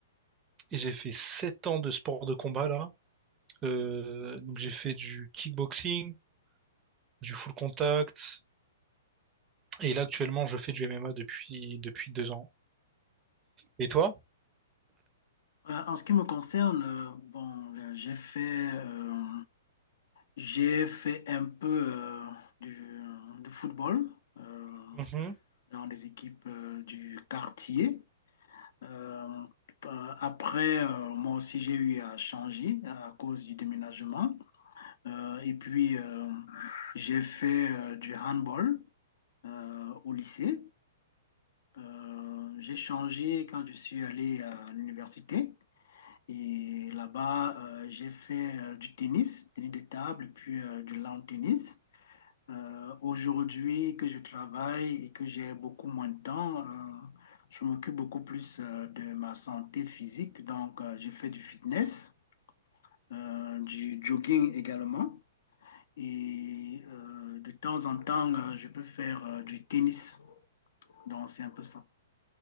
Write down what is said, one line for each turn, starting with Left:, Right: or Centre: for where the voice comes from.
Right: Et j'ai fait 7 ans de sport de combat, là. Euh, donc j'ai fait du kickboxing, du full contact. Et là, actuellement, je fais du MMA depuis, depuis deux ans. Et toi?
Left: Euh, en ce qui me concerne, euh, bon, là, j'ai fait, euh, j'ai fait un peu euh, du, de football euh,
Right: Mhm.
Left: dans les équipes euh, du quartier. Euh, euh, après, euh, moi aussi, j'ai eu à changer à cause du déménagement. Euh, et puis, euh, j'ai fait euh, du handball euh, au lycée. Euh, j'ai changé quand je suis allé à l'université. Et là-bas, euh, j'ai fait euh, du tennis, tennis de table, puis euh, du lawn tennis. Euh, aujourd'hui que je travaille et que j'ai beaucoup moins de temps, euh, je m'occupe beaucoup plus euh, de ma santé physique. Donc, euh, je fais du fitness, euh, du jogging également. Et euh, de temps en temps, euh, je peux faire euh, du tennis. Donc, c'est un peu ça.